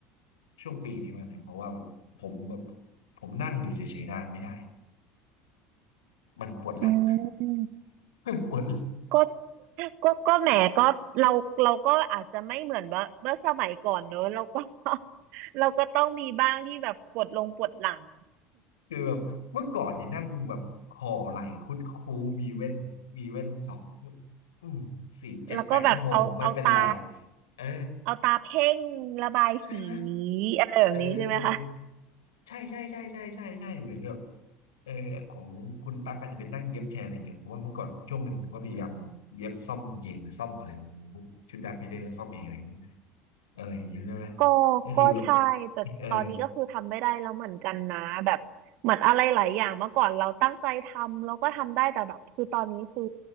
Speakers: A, on the left; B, on the right.
A: ช่วงปีนี้มาเนี่ยเพราะว่าแบบผมแบบผมนั่งอยู่เฉยๆนานไม่ได้มันปวดหลัง
B: อืม
A: เป็นฝน
B: ก็ก็ก็แหมก็เราเราก็อาจจะไม่เหมือนว่าเมื่อสมัยก่อนเนอะเราก็ <laughs> เราก็ต้องมีบ้างที่แบบปวดลงปวดหลัง
A: คือแบบเมื่อก่อนนี่นั่งแบบห่อไหลคุดคู้มีเว้นมีเว้นสองอืมสี่เจ็ดแปดชั่วโมงไม่เป็นไร
B: แล้วก็แบบเอาเอาตา
A: เออ
B: เอาตาเพ่งระบายสี
A: ใช่ไหม
B: อะไรแบบนี้ใช่ไหมคะ
A: เออใช่ใช่ใช่ใช่ใช่ใช่เหมือนแบบเออของคุณตั๊กอาจจะเป็นนั่งเย็บแชร์อะไรเงี้ยเพราะว่าเมื่อก่อนช่วงหนึ่งผมก็พยายามเย็บซ่อมกางเกงหรือซ่อมอะไรไม่รู้ชุดดาฟิเดอร์ก็ซ่อมเองอะไรอย่างเงี้ยอะไรอย่างเงี้ยใช่ไหม
B: ก็
A: ก็คือแบบ
B: ก็ใช่แต่ตอนนี้ก็คือทำไม่ได้แล้วเหมือนกันนะแบบเหมือนอะไรหลายอย่างเมื่อก่อนเราตั้งใจทำเราก็ทำได้แต่แบบคือตอนนี้คือ
A: เออ